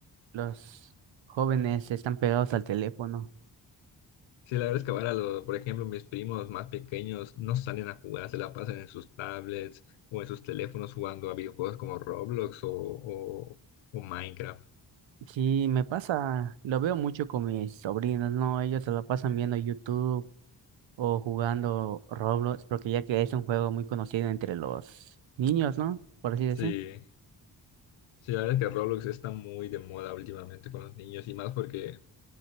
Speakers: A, on the right; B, on the left.
A: Los jóvenes están pegados al teléfono.
B: Sí, la verdad es que ahora, lo- por ejemplo, mis primos más pequeños no salen a jugar, se la pasan en sus tablets o en sus teléfonos jugando a videojuegos como Roblox o, o- o Minecraft.
A: Sí, me pasa, lo veo mucho con mis sobrinos, ¿no? Ellos se lo pasan viendo YouTube o jugando Roblox, porque ya que es un juego muy conocido entre los niños, ¿no? Por así decir.
B: Sí, sí, la verdad es que Roblox está muy de moda últimamente con los niños y más porque,